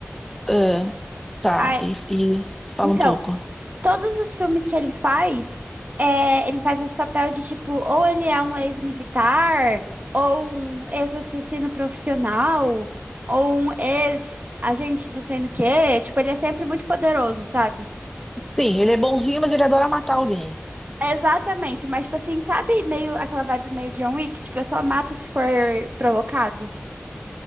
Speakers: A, in the centre; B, on the right.
A: Ah, tá,
B: Ah,
A: e, e fala
B: então,
A: um pouco.
B: Todos os filmes que ele faz, é, ele faz esse papel de tipo, ou ele é um ex-militar, ou um ex-assassino profissional, ou um ex-agente do sei no quê. Tipo, ele é sempre muito poderoso, sabe?
A: Sim, ele é bonzinho, mas ele adora matar alguém.
B: Exatamente, mas tipo assim, sabe, meio aquela vibe meio John Wick, tipo, eu só mato se for provocado,